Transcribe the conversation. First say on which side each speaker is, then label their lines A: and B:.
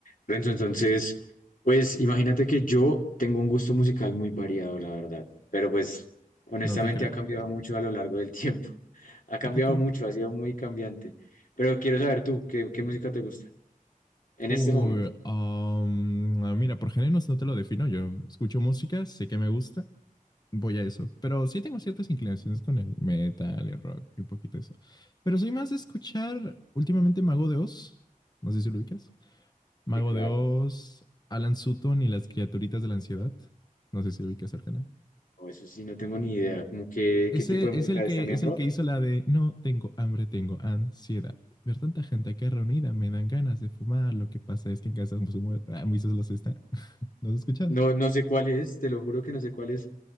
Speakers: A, on the left (about 70°); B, on the left (about 30°).
A: Renzo, entonces, pues imagínate que yo tengo un gusto musical muy variado, la verdad, pero pues honestamente
B: No te creo,
A: ha cambiado mucho a lo largo del tiempo. <laughs> Ha cambiado
B: no te creo.
A: mucho, ha sido muy cambiante. Pero quiero saber tú, ¿qué, qué música te gusta en
B: Uy,
A: este momento?
B: am, ah, mira, por géneros no te lo defino. Yo escucho música, sé que me gusta, voy a eso. Pero sí tengo ciertas inclinaciones con el metal, el rock y un poquito eso. Pero soy más de escuchar últimamente Mago de Oz. No sé si lo ubicas. Mago
A: Sí, claro.
B: de Oz, Alan Sutton y las criaturitas de la ansiedad. No sé si ubicas al canal.
A: No, eso sí, no tengo ni idea. Como que,
B: Ese
A: ¿qué tipo de música
B: es el que
A: es también
B: es
A: rock?
B: el que hizo la de no tengo hambre, tengo ansiedad. Ver tanta gente aquí reunida me dan ganas de fumar. Lo que pasa es que en casa Muisos ah, Moisés los está. <laughs> ¿No has escuchado?
A: No, no sé cuál es, te lo juro que no sé cuál es.